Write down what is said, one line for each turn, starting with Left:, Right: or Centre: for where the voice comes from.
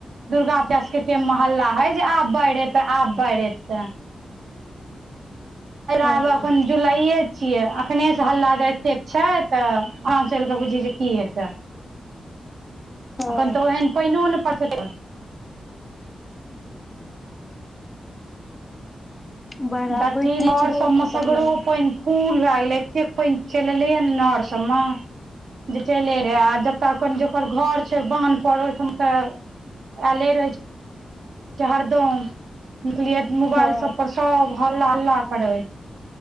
Right: दुर्गा पूजा स के टाइम मे हल्ला है जे आब बाइढ एतै आब बाइढ एतै।
Left: हँ
Right: आब एखन जुलाइए छियै अखने से हल्ला जा एते छै तऽ अगा चल कऽ बुझी जे की हेतै
Left: हँ
Right: अखन तऽ ओहेन पाइनो ने परसे त
Left: बाढ़ि
Right: बाकी
Left: आब बुझिते
Right: नओर
Left: छै बहुत
Right: सब
Left: खतरनाक
Right: मे सागरो पैन फूल भए गेले एतेक पैन चैल एले या ने नहर सब मे। जे चले रहे आ जतय कनि जकर घर छैय बान्ह पर ओहिठाम तऽ आले रहे छैय जे हरदम देख लिये मोबाइल
Left: हँ
Right: सब पर सब हल्ला हल्ला करै